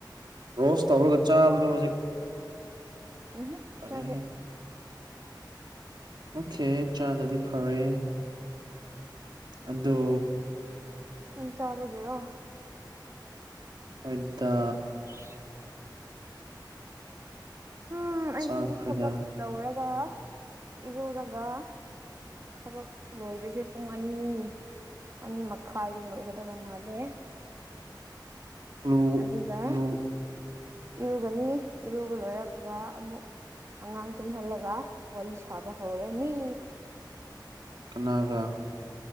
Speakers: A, on the right; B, on the right.
A: ꯔꯣꯁ ꯇꯧꯔꯒ ꯆꯥꯕꯗꯣ ꯍꯧꯖꯤꯛ
B: ꯎꯝ ꯍꯨꯝ
A: ꯀꯔꯤ
B: ꯆꯥꯗꯦ
A: ꯑꯣꯀꯦ ꯆꯥꯗꯔꯗꯤ ꯐꯔꯦ ꯑꯗꯣ
B: ꯅꯪ ꯆꯥꯕꯒꯤꯔꯣ
A: ꯍꯣꯏꯗ
B: <unintelligible> ꯎꯝ
A: ꯆꯥꯈ꯭ꯔꯦꯗ
B: ꯑꯩꯁꯨ ꯍꯧꯖꯤꯛ ꯊꯕꯛ ꯇꯧꯔꯒ ꯏꯔꯨꯔꯒ ꯊꯕꯛ ꯂꯣꯏꯕꯁꯦ ꯄꯨꯡ ꯑꯅꯤ ꯑꯅꯤ ꯃꯈꯥꯏꯗ ꯂꯣꯏꯒꯗꯕ ꯃꯥꯜꯂꯦ
A: ꯂꯨ
B: ꯑꯗꯨꯒ
A: ꯂꯨ
B: ꯏꯔꯨꯒꯅꯤ ꯏꯔꯨꯕ ꯂꯣꯏꯔꯒ ꯑꯃꯨꯛ ꯑꯉꯥꯡ ꯇꯨꯝꯍꯜꯂꯒ ꯋꯥꯔꯤ ꯁꯥꯕ ꯍꯧꯔꯅꯤ
A: ꯀꯅꯥꯒ